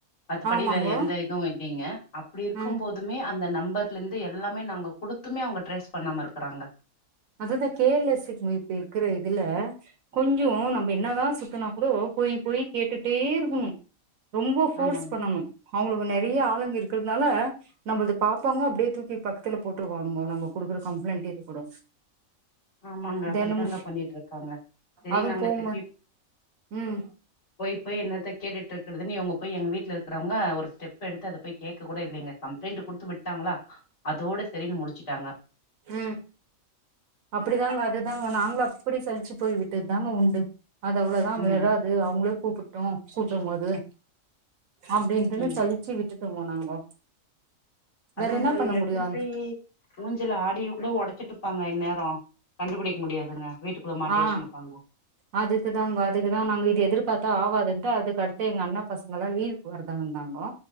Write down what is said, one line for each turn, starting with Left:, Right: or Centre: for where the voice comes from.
Left: அத்துபடி
Right: ஆமாங்கோ
Left: வேற எந்த இதுவு இல்லிங்க அப்டி இருக்கும்போதுமே
Right: ம்
Left: அந்த நம்பர்லந்து எல்லாமே நாங்க குடுத்துமே அவுங்க ட்ரேஸ் பண்ணாம இருக்கறாங்க
Right: அதுதா கேர்லஸ்சு இப்ப இருக்கிற இதுல கொஞ்சோ நம்ம என்னதா சுத்தனா கூடோ போய் போய் கேட்டுட்டே இருக்குனு ரொம்ப ஃபோர்ஸ்
Left: ஆமாங்க
Right: பண்ணுனு அவுங்ளுக்கு நெறைய ஆளுங்க இருப் இருக்கறனால நம்முள்து பாப்பாங்க அப்டியே தூக்கி பக்கத்துல போட்ருவாங்கோ நம்ம குடுக்குற கம்ப்ளைண்ட்டு இது கூட
Left: ஆமாங்க அப்டித்தாங்க
Right: தெனமு
Left: பண்ணிட்ருக்காங்க செரி
Right: அதுவு
Left: நாங்க
Right: போகும்போ
Left: திருப்பியு
Right: ம்
Left: போய் போய் என்னத்த கேட்டுட் ட்ருக்குறதுன்னு இவுங்க போய் எங்க வீட்ல இருக்றவுங்க ஒரு ஸ்டெப் எடுத்து அத போய் கேக்க கூட இல்லிங்க கம்ப்ளைண்ட்டு குடுத்துபெட் ட்டாங்களா அதோட சரின்னு முடிச்சுட்டாங்க
Right: உம் அப்படிதாங்க அதுதாங்க நாங்ளு அப்டி சலிச்சு போய் விட்டத் தாங்க உண்டு அது அவ்ளோதா
Left: ம்
Right: வெராது அவுங்ளே கூப்புட்டு கூப்டும்போது அப்டின்ட்டுனு
Left: ம்
Right: சலிச்சி விட்டுட்டுங்கோ நாங்கோ வேற
Left: அது உங்க
Right: என்ன பண்ண
Left: எடுத்துன்டை
Right: முடியு
Left: ஊஞ்சல ஆடிய கூட ஒடச் ச்சிட்டுப்பாங்க இந்நேர கண்டுபிடிக்க முடியாதுங்க வீட்டுக்குள்ள மாட்டி
Right: ஆ
Left: வச்சுனுப்பாங்க
Right: அதுக்குதாங்க அதுக்குதா நாங்க இது எதிர்பாத் தா ஆவாதுன்ட்டு அதுக்கு அடுத்து எங்க அண்ணா பசங்கலா லீவுக்கு வறதா இந்தாங்கோ